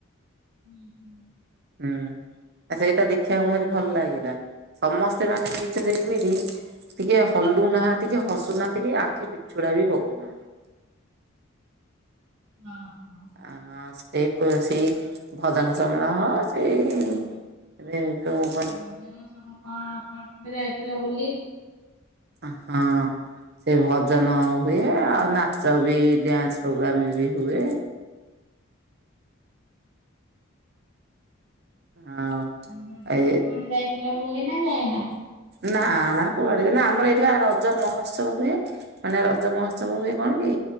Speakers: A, on the right; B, on the right.
A: ହୁଁ ହୁଁ।
B: ହୁଁ ଆ ସେଇଟା ଦେଖିବାକୁ ଭାରି ଭଲ ଲାଗିଲା ସମସ୍ ସେମାନେ ହେଇଚନ୍ତି ଏମିତି ଟିକିଏ ହଲୁ ନାହାନ୍ତି କି ହସୁନାହାନ୍ତି କି ଆଖି ପିଛୁଡ଼ା ବି ପକଉନାହାନ୍ତି।
A: ହଁ ହଁ।
B: ଆଁ ସେ ପ ସେଇ ଭଜନ ସମୟ ହଉ ସେଇ ଇ ଇ ଏବେ ଯୋଉଁ
A: ଆ ରଜ ରେ ସବୁ କଣ କୁଆଡ଼େ କଣ ଯାଇଥିଲ ବୁଲି?
B: ଅ ହଁ। ସେ ଭଜନ ହୁଏ ଆଉ ନାଚ ବି ଡ୍ୟାନ୍ସ ପୋଗ୍ରାମ ବି ହୁଏ। ଆଉ।
A: ରଜ
B: ଏ
A: ରେ କୁଆଡେ ଯାଇଥିଲ ବୁଲି ନା ଯାଇନ।
B: ନା ନା କୁଆଡେ କି ନା ଆମର ଏଇଠି ବା ରଜ ମହୋତ୍ସବ ହୁଏ। ମାନେ ରଜ ମହୋତ୍ସବ ହୁଏ କଣ କି।